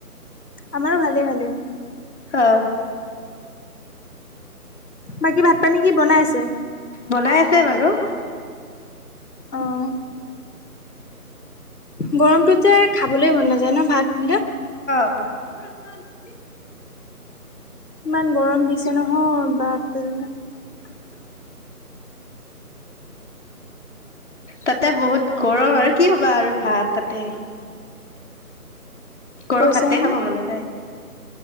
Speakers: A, on the left; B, on the left.
A: আমাৰো ভালে ভালে
B: অ'।
A: বাকী ভাত পানী কি বনাই আছে
B: বনাই আছে বাৰু
A: অ'। গৰমটোত যে খাবলৈ মন নাযায় ন, ভাত বিলাক।
B: <unintelligible>
A: ইমান গৰম দিছে নহয় বাপৰে।
B: <inaudible> তাতে বহুত গৰম আৰু কি হ'বা আৰু ভাত তাতে। গৰম
A: কৈছাহে
B: ভাতে খাব
A: নে
B: মন নেযায়।